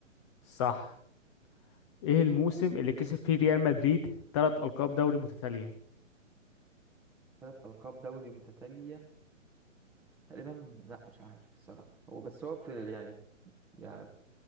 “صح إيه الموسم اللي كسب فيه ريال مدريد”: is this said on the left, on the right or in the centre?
Left